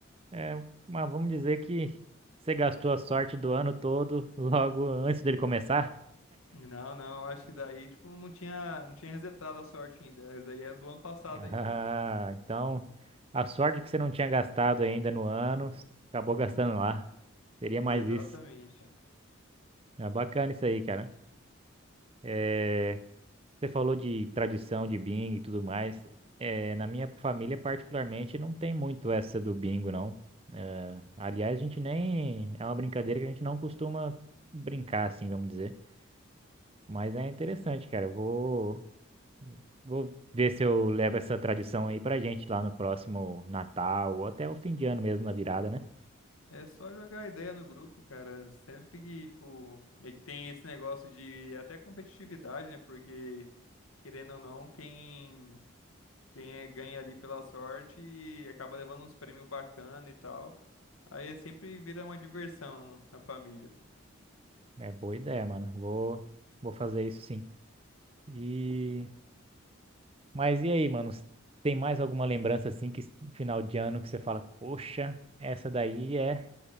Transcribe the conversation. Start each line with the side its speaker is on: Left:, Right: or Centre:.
Right: É, mas vamos dizer que você gastou a sorte do ano todo logo antes dele começar?
Left: Não, não, acho que daí, tipo, não tinha, não tinha resetado a sorte ainda. Essa daí era do ano passado
Right: Ah,
Left: ainda.
Right: então a sorte que você não tinha gastado ainda no ano, acabou gastando lá. Seria
Left: Exatamente.
Right: mais isso. É bacana isso aí, cara. É, você falou de tradição de bingo e tudo mais. É, na minha família, particularmente, não tem muito essa do bingo, não. É, aliás, a gente nem. É uma brincadeira que a gente não costuma brincar, assim, vamos dizer. Mas é interessante, cara. Eu vou, vou ver se eu levo essa tradição aí pra gente lá no próximo Natal ou até o fim de ano mesmo, na virada, né?
Left: É só jogar ideia no grupo, cara. Sempre que, tipo, meio que tem esse negócio de até competitividade, né? Porque, querendo ou não, quem, quem é, ganha ali pela sorte acaba levando uns prêmios bacana e tal. Aí é sempre vira uma diversão na família.
Right: É boa ideia, mano. Vou, vou fazer isso sim. E. Mas e aí, mano? Tem mais alguma lembrança assim que final de ano que você fala, poxa, essa daí é